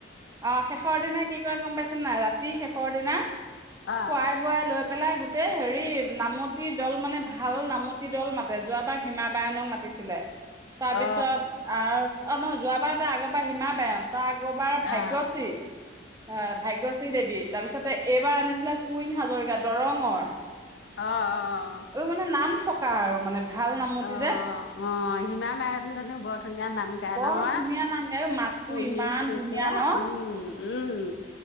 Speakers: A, on the right; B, on the left.
A: অ শেষৰ দিনা কি কয় গম পাইছে? নাই ৰাতি শেষৰ দিনা
B: অ
A: খোৱাই বোৱাই লৈ পেলাই গোটেই হেৰি নামতি দল মানে ভাল নামতি দল মাতে যোৱাবাৰ হিমা বায়নক মাতিছিলে। তাৰ
B: অ
A: পিছত আৰব অ মই যোৱাবাৰতে আগৰবাৰ হিমা বায়ন। টা আগৰবাৰ
B: অ
A: ভাগ্যশ্ৰী অ ভাগ্যশ্ৰী দেৱী। তাৰপিছতে এইবাৰ আনিছিলে কুইন হাজৰিকা দৰঙৰ।
B: অ অ
A: এইবোৰ মানে নাম থকা আৰু মানে ভাল নামতি
B: অ
A: যে
B: অ হিমা মায়ন ধনীও বৰ ধুনীয়া নাম। গাই
A: বৰ
B: নহয়।
A: ধুনীয়া নাম গাই মাতটো
B: শুনিছোকে
A: ইমান ধুনীয়া ন।
B: উম উম